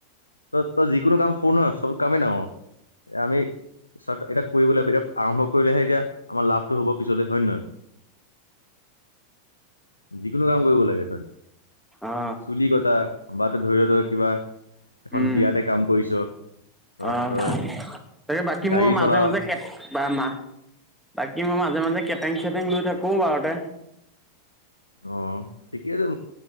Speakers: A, on the left; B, in the centre.
A: ত তই যিকোনো কাম কৰৰু নহয় চব কামি ন আমি চ এতিয়া কৰিবলৈ এতিয়া আৰম্ভ কৰিলেহে এতিয়া আমাৰ লাভটো হ'ব পিছতে হয় নে নহয়। যিকোনো কাম কৰিব লাগে তই।
B: অ
A: চুলি কটা বা ত ধৰিওত কিবা এখন
B: উম
A: বিয়াতে কাম কৰিছ। তই
B: অ'
A: তই
B: তাকে বাকী
A: গাড়ী
B: মোৰ মাজে
A: চলাও
B: মাজে <unintelligible> কি মই মাজে-মাজে কেটেং-চেটেং লৈ থাকো বাৰতে।
A: অ' ঠিকেই আছে